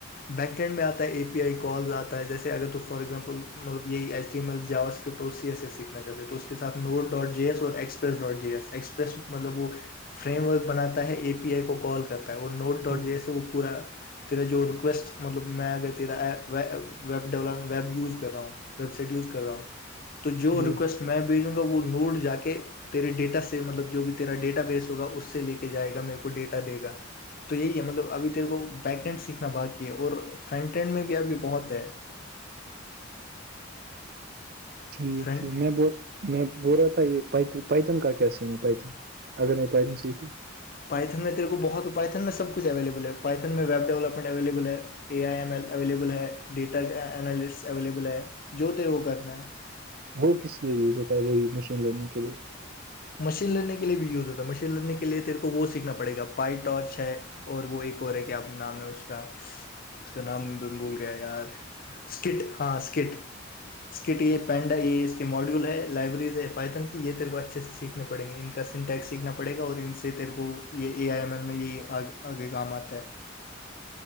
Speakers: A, on the left; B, on the right.
A: بیکینڈ میں آتا ہے اے پی آئی کالز آتا ہے جیے اگر تو فار ایگزامپل مطلب یہی ایچ ڈی ایم ایل جااز سی ایس سے سیکھنا چاہتے ہیں تو اس کے ساتھ نوٹ ڈاٹ جی ایس اور express dot J S express مطلب وہ فریم ورک بناتا ہے اے پی آئی کو کال کرتا ہے اور نوٹ ڈاٹ
B: ٹھیک
A: جیے وہ پورا تیرا جو وٹ مطلب میں اگر تیرا ویب ڈ ویب یوز کر رہا ہوں ویب سائٹ یوز کر رہا ہوں تو جو
B: ٹھیک
A: ریکویسٹ میں بھیجوں گا وہ نوٹ جا کے تیرے ڈیٹا سے مطلب جو بھی تیرا ڈیٹا بیس ہوگا اس سے لے کے جائے گا میرے کو ڈیٹا دے گا تو یہی ہے مطلب ابھی تیر وہ بیکینڈ سیکھنا باقی اور فرنٹینڈ میں بھی ابھی بہت ہے
B: ٹھیک
A: فرنٹ
B: ٹھیک میں ب میں بول رہا تھا یہ پیتن کا کیا سین ہے پیتھن اگر میں پیتن سیکھوں
A: پائتن میں تیرے کو بہت پائتن میں سب کچ اویلیبل ہے پائتن میں ویب ڈیولپمنٹ اویلیبل ہے A I M L available ہے ڈیٹا االس اویلیبل ہے جو تیرے کو کرنا ہے
B: وہ کس لیے یوز ہوتا ہے وہی مشین لرننگ کے لیے
A: مشین لڑنے کے لیے بھی یوز ہوتا ہے مشین لڑنے کے لیے تیرے کو وہ سیکھنا پڑے گ پائی ٹارچ ہے اور وہ ایک اور ہے کیانا نام ہے اس کا اس کا نام بھول گیا یار اسکٹ ہاں اسکٹ اسکٹ یہ پینڈا یہ اس کے ماڈیولل ہے لائبریز حفائت کی یہ ترو سیکھنے پڑیں گے ان کا سنٹیکس سیکھنا پڑے گا اور ان سے تیرے کو یہ اے آئی ایم ایل میں یہ آگے گاماتات